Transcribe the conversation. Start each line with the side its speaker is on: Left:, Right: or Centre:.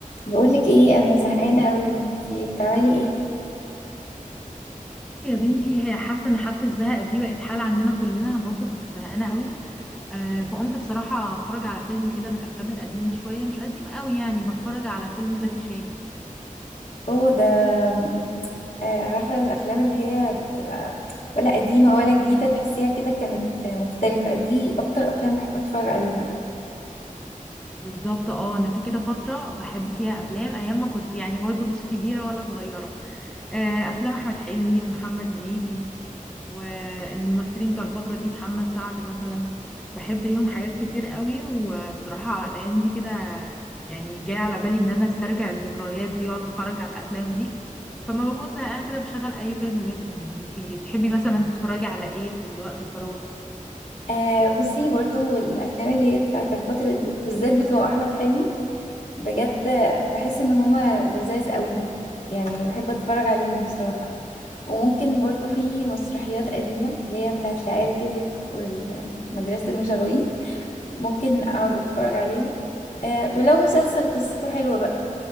Left: بقولك ايه انا زهقانه قوي انتي بتعملي ايه
Centre: بصي يا بنتي هي حاسه ان حاله الزهق دي بقت حاله عندنا كلنا انا برضو كنت زهقانه قوي آه فقمت بصراحه اتفرج على فيلم كده من الافلام القديمه شويه مش قديم قوي يعني بتفرج على فيلم زكي شان
Left: اوه ده آم، آه، عارفه الافلام اللي هي بتبقى ولا قديمه ولا جديده تحسيها كده كانت مختلفه دي اكتر افلام بحب اتفرج عليها
Centre: بالظبط اه انا في كده فتره بحب فيها افلام ايام ما كنت يعني برضو مش كبيره ولا صغيره آه افلام احمد حلمي ومحمد هنيدي والممثلين بتوع الفترة دي محمد سعد مثلا بحب ليهم حاجات كتير قوي وبصراحة الأيام دي كده يعني جاي على بالي إن أنا أسترجع الذكريات دي وأقعد أتفرج على الأفلام دي فما بكون زهقانة كده بشغل أي فيلم منهم انتي بتحبي مثلا تتفرجي على إيه في الوقت الفراغ؟
Left: آه بصي برضو الافلام اللي هي بتاعت الفتره دي بالذات بتوع احمد حلمي بجد بحس ان هما لذاذ قوي يعني بحب اتفرج عليهم بصراحه وممكن برضو في مسرحيات قديمه اللي هي بتاعت العيال كبرت والمدرسه المشاغبين ممكن اقعد اتفرج عليهم آه ولو مسلسل قصته حلوة بقى